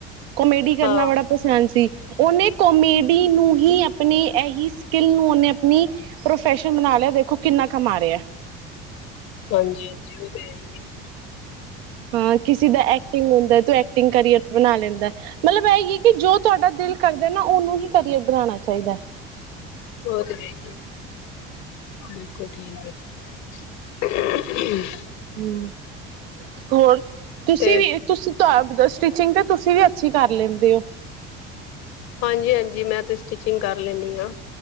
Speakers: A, on the right (about 85°); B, on the left (about 70°).
A: ਕੋਮੇਡੀ ਕਰਨਾ
B: ਹਾਂ।
A: ਬੜਾ ਪਸੰਦ ਸੀ ਉਹਨੇ ਕੋਮੇਡੀ ਨੂੰ ਹੀ ਆਪਣੀ ਇਹੀ ਸਕਿੱਲ ਨੂੰ ਉਹਨੇ ਆਪਣੀ ਪ੍ਰੋਫੈਸ਼ਨ ਬਣਾ ਲਿਆ, ਦੇਖੋ ਕਿੰਨਾ ਕਮਾ ਰਿਹਾ ਐ।
B: ਹਾਂਜੀ ਹਾਂਜੀ, ਉਹ ਤੇ ਹੈ ਹੀ ਐ।
A: ਹਾਂ ਕਿਸੇ ਦਾ ਐਕਟਿੰਗ ਹੁੰਦਾ ਤੂੰ ਐਕਟਿੰਗ ਕਰੀਅਰ ਬਣਾ ਲੈਂਦਾ, ਮਤਲਬ ਇਹ ਹੀ ਕਿ ਜੋ ਤੁਹਾਡਾ ਦਿਲ ਕਰਦਾ ਨਾ, ਉਹਨੂੰ ਹੀ ਕੈਰੀਅਰ ਬਣਾਉਣਾ ਚਾਹੀਦਾ
B: ਔ ਤੇ ਹੈ ਹੀ ਐ, ਬਿਲਕੁਲ ਠੀਕ ਐ। ਹ <unintelligible>
A: ਹੂ, ਹੋਰ, ਤੁਸੀਂ
B: ਤੇ
A: ਵੀ ਤੁਸੀਂ ਤੇ ਆਪ, ਸਟਿਚਿੰਗ ਤੇ ਤੁਸੀਂ ਵੀ ਅੱਛੀ ਕਰ ਲੈਂਦੇ ਹੋ।
B: ਹਾਂਜੀ ਹਾਂਜੀ, ਮੈਂ ਤੇ ਸਟਿਚਿੰਗ ਕਰ ਲੈਂਦੀ ਹਾਂ